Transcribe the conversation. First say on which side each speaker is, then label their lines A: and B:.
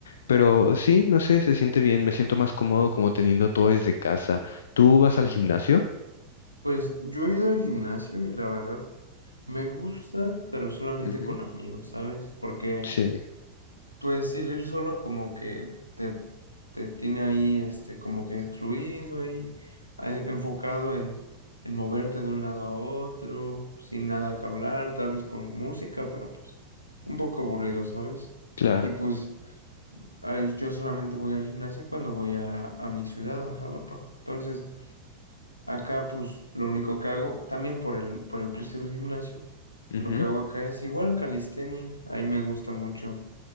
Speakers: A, on the left; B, on the left.
A: pero sí, no sé, se siente bien, me siento más cómodo como teniendo todo desde casa. ¿Tú
B: Sí.
A: vas al gimnasio?
B: Pues yo he ido al gimnasio y la verdad me gusta, pero solamente
A: Ujú.
B: con amigos, ¿sabes? Porque
A: Sí,
B: Pues el ir solo como que te, te tiene ahí, este, como que excluido ahí, a- enfocado en, en moverte de un lado a otro, sin nada que hablar, tal vez con música, pero pues un poco aburrido, ¿sabes?
A: claro.
B: Y pues a- yo solamente voy al gimnasio cuando voy a, a mi ciudad, a Jalapa. Entonces, acá pues lo único que hago, también por el, por el precio del gimnasio,
A: Ujú,
B: lo que hago acá es igual calistenia, ahí me gusta mucho